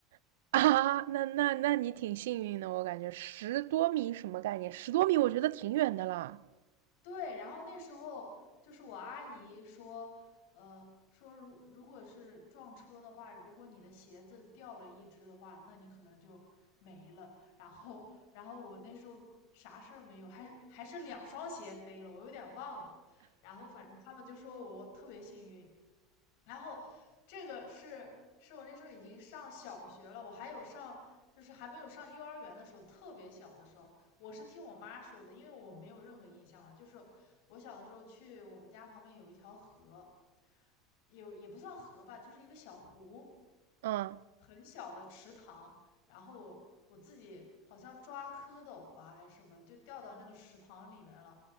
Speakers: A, on the right; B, on the left.
A: <laughs> 啊，那那那你挺幸运的，我感觉十多米什么概念？十多米我觉得挺远的啦。
B: 对，然后那时候就是我阿姨说，呃，说如如果是撞车的话，如果你的鞋子掉了一只的话，那你可能就没了。然后，然后我那时候啥事儿没有，还还是两双鞋飞了，我有点忘了。然后反正他们就说我特别幸运，然后这个是是我那时候已经上小学了，我还有上就是还没有上幼儿园的时候，特别小的时候，我是听我妈说的，因为我没有任何印象了。就是我小的时候去我们家旁边有一条河，也也不算河吧，就是一个小湖，
A: 嗯，
B: 很小的池塘，然后我我自己好像抓蝌蚪吧还是什么，就掉到那个池塘里面了。